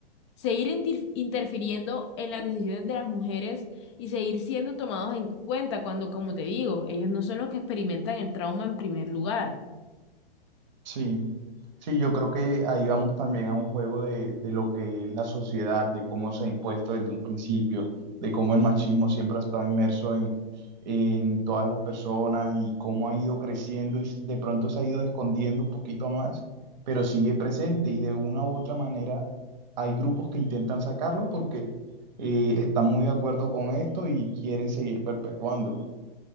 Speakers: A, on the left (about 30°); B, on the right (about 50°).
A: seguir intif- interfiriendo en las decisiones de las mujeres y seguir siendo tomados en cuenta cuando, como te digo, ellos no son los que experimentan el trauma en primer lugar?
B: Sí, sí, yo creo que ahí vamos también a un juego de, de lo que es la sociedad, de cómo se ha impuesto desde un principio, de cómo el machismo siempre ha estado inmerso en, en todas las personas y cómo ha ido creciendo y s- de pronto se ha ido escondiendo un poquito más, pero sigue presente y de una u otra manera hay grupos que intentan sacarlo porque eh, están muy de acuerdo con esto y quieren seguir perpetuando.